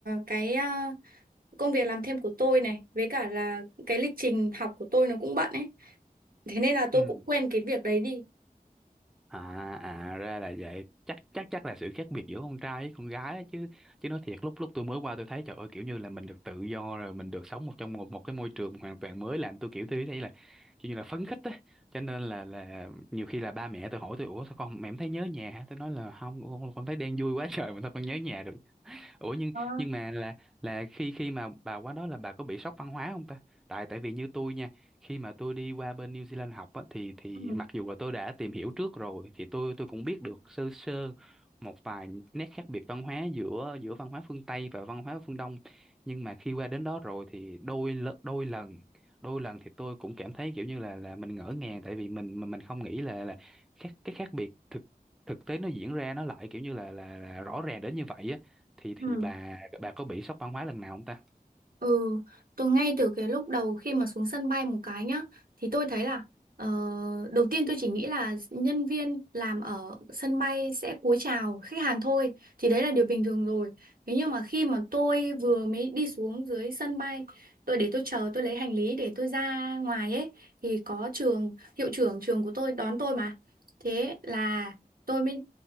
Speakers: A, on the right (about 70°); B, in the centre.
A: cái ờ, công việc làm thêm của tôi này với cả là cái lịch trình học của tôi nó cũng bận ấy thế nên là tôi
B: ừ
A: cũng quên cái việc đấy đi
B: à à ra là vậy chắc chắc chắc là sự khác biệt giữa con trai với con gái á, chứ chứ nói thiệt lúc lúc tôi mới qua tôi thấy trời ơi kiểu như là mình được tự do rồi mình được sống một trong một một cái môi trường hoàn toàn mới làm tôi kiểu tôi thấy là kiểu như là phấn khích á cho nên là là nhiều khi là ba mẹ tôi hỏi tôi ủa sao con mẹ em thấy nhớ nhà hả?" tôi nói là không con con thấy đang vui quá trời mà sao con nhớ nhà được Ủa nhưng
A: À,
B: nhưng mà là là khi khi mà bà qua đó là bà có bị sốc văn hóa không ta? Tại tại vì như tôi nha, khi mà tôi đi qua bên New Zealand học á, thì thì
A: ừ.
B: mặc dù là tôi đã tìm hiểu trước rồi thì tôi tôi cũng biết được sơ sơ một vài nét khác biệt văn hóa giữa giữa văn hóa phương Tây và văn hóa phương Đông. Nhưng mà khi qua đến đó rồi thì đôi lợ- đôi lần đôi lần thì tôi cũng cảm thấy kiểu như là là mình ngỡ ngàng tại vì mình mình mình không nghĩ là là khác cái khác biệt thực thực tế nó diễn ra nó lại kiểu như là là, là rõ ràng đến như vậy á thì thì
A: Ừ.
B: bà bà có bị sốc văn hóa lần nào không ta
A: Ừ, tôi ngay từ cái lúc đầu khi mà xuống sân bay một cái nhá, thì tôi thấy là ờ, đầu tiên tôi chỉ nghĩ là nhân viên làm ở sân bay sẽ cúi chào khách hàng thôi, thì đấy là điều bình thường rồi. Thế nhưng mà khi mà tôi vừa mới đi xuống dưới sân bay, tôi để tôi chờ tôi lấy hành lý để tôi ra ngoài ấy, thì có trường hiệu trưởng trường của tôi đón tôi mà. Thế là tôi mới